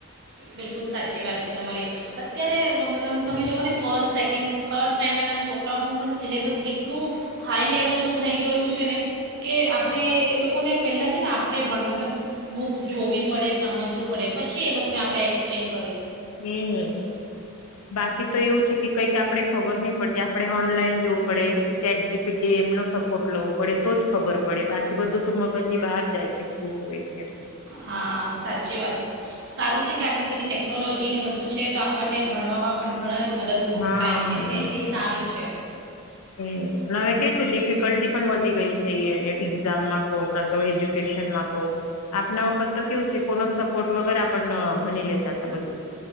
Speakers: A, on the right; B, on the left.
A: બિલકુલ સાચી વાત છે તમારી અત્યારે મલ તમે જુઓ ને ફર્સ્ટ સેકન્ડ થર્ડ સ્ટેન્ડર્ડના છોકરાઓનું પણ સિલેબસ એટલું હાઈ લેવલનું થઈ ગયું છે ને કે આપણે એ લોકોને પહેલાં છે ને આપણે ભણ મતલબ બુક્સ જોવી પડે સમજવું પડે પછી એ લોક કોને આપણે એક્પ્લેન
B: એજ બાકી તો એવું છે કે કઈ આપણે ખબર નહ પડતી આપણે ઓનલાઈન જોવું પડે ચેટ જીપીટી એમનો સપોર્ટ લવું પડે તો જ ખબર પડે. પડે બાકી બધું તો મગજ ની બહાર જાય છે શું હોય છે
A: હા સાચી વાત સારું કે આટલી બધી ટેકનોલોજીને બધું છે તો આપણને ભણવામાં પણ ઘણા મદદરૂપ
B: હા
A: થાય છે એટલે
B: એમ.
A: એ સારું છે.
B: હમ અને હવે કેવી છે ડિફિકલ્ટી પણ વધી ગઈ છે એ એક્ઝામમાં કો કા તો આપના વખત તો કેવું છે કો સપોર્ટ વગર આપ ભણી લેતા તા બધું.